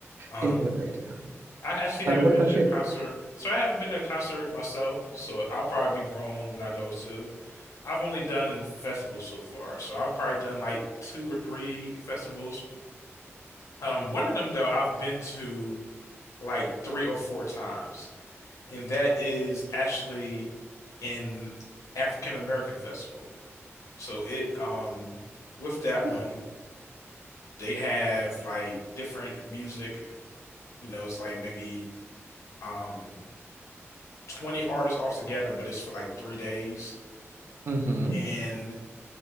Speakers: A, on the left (about 85°); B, on the right (about 55°).
A: Um,
B: It was a great time.
A: I actually haven't
B: Uh, but what
A: been
B: about
A: to a
B: you?
A: concert, so I haven't been to a concert myself. So I'll probably be grown when I go to. I've only done festivals so far, so I've probably done like two or three festivals. Um, one of them though, I've been to. like three or four times, and that is actually an African American Festival. So it um with that
B: Hmm.
A: one, they have like different music. You know, it's like maybe um 20 artists all together, but it's for like three days.
B: Mm-hmm.
A: And